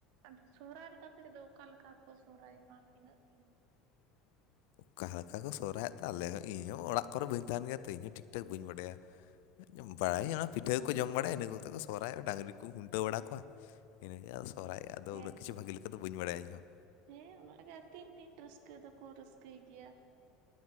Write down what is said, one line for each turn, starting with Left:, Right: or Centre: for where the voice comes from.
Right: ᱟᱫᱚ ᱥᱚᱦᱨᱟᱭ ᱨᱮᱫᱚ ᱟᱯᱮ ᱥᱮᱫ ᱫᱚ ᱚᱠᱟ ᱞᱮᱠᱟ ᱠᱚ ᱥᱚᱦᱨᱟᱭᱚᱜᱼᱟ ᱛᱤᱱᱟᱹᱜ ᱫᱤᱱ?
Left: ᱚᱠᱟ ᱞᱮᱠᱟ ᱠᱚ ᱥᱚᱦᱨᱟᱭᱮᱫ ᱛᱚ ᱟᱞᱮ ᱦᱚᱸ ᱤᱧ ᱦᱚᱸ ᱚᱲᱟᱜ ᱠᱚᱨᱮᱜ ᱵᱟᱹᱧ ᱛᱟᱦᱮᱱ ᱜᱮᱭᱟ ᱛᱚ ᱤᱧᱦᱚᱸ ᱴᱷᱤᱠ ᱴᱷᱟᱠ ᱵᱟᱹᱧ ᱵᱟᱰᱟᱭᱟ᱾ ᱵᱟᱲᱟᱭ ᱤᱧ ᱚᱱᱟ ᱯᱤᱴᱷᱟᱹᱠᱚ
Right: ᱚ
Left: ᱡᱚᱢ ᱵᱟᱲᱟᱭᱟ ᱤᱱᱟᱹ ᱠᱚᱛᱮ ᱠᱚ ᱥᱚᱨᱦᱟᱭᱚᱜ ᱰᱟᱝᱨᱤ ᱠᱚ ᱠᱷᱩᱱᱴᱟᱹᱣ ᱵᱟᱲᱟ ᱠᱚᱣᱟ ᱤᱱᱟᱹᱜᱮ ᱥᱚᱨᱦᱟᱭᱚᱜᱼᱟ ᱟᱫᱚ
Right: ᱦᱮᱸᱛᱚ
Left: ᱩᱱᱟᱹᱜ ᱠᱤᱷᱩ ᱵᱷᱜᱮ ᱞᱮᱠᱟ ᱫᱚ ᱵᱟᱹᱧ ᱵᱟᱲᱟᱭᱟ ᱤᱧ ᱦᱚᱸ᱾
Right: ᱦᱮᱸ ᱩᱱᱟᱜ-ᱜᱮ ᱛᱤᱱ ᱫᱤᱱ ᱨᱟᱹᱥᱠᱟᱹ ᱫᱚᱠᱚ ᱨᱟᱹᱥᱠᱟᱹᱭ ᱜᱮᱭᱟ?